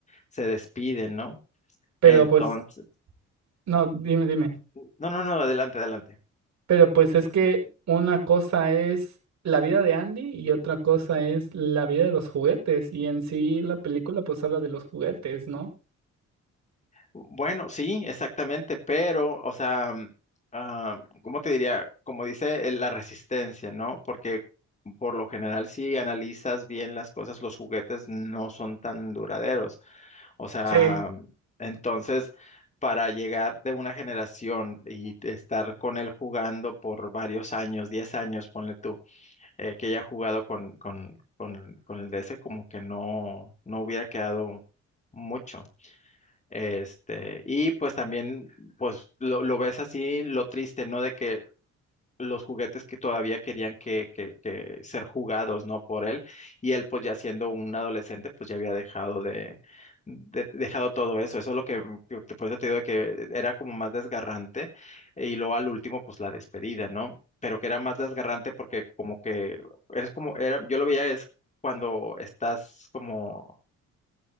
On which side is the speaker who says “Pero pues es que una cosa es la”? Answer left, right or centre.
Right